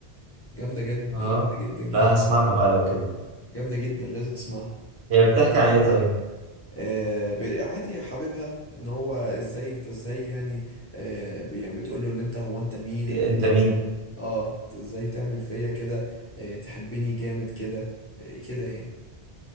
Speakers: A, on the left; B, on the right.
A: جامدة جد
B: اه
A: جامدة جدا جدا
B: لا هسمعها
A: يعني.
B: بقى لو كده
A: جامدة جدا لازم تسمعها
B: هي بتحكي عن ايه طيب
A: آه ب- عادي حبيبها ان هو ازاي انت ازاي يعني آه ب- يعني بتقول له اللي انت هو انت مين انت
B: انت
A: ازاي
B: مين
A: تعمل اه انت ازاي تعمل فيا كده آه تحبني جامد كده آه كده يعني